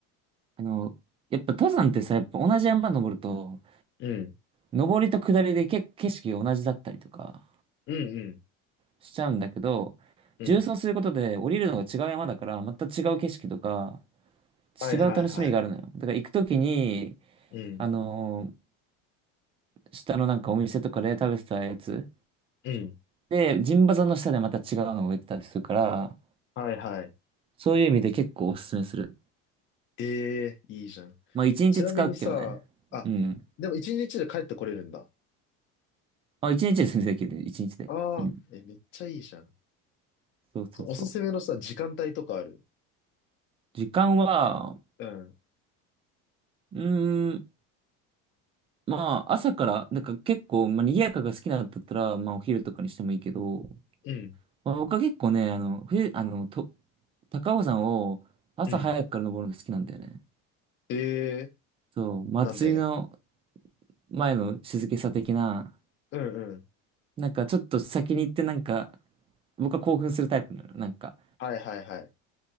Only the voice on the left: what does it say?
うん。
うんうん。
うん。
はいはいはい。
うん。
うん。
はいはい。
ええいいじゃん。
ちなみにさ、あ、
でも一日で帰ってこれるんだ。
ああ、
え、めっちゃいいじゃん。
そうおすすめのさ、時間帯とかある
うん。
うん。
うん。ええ
なんで
うんうん。
はいはいはい。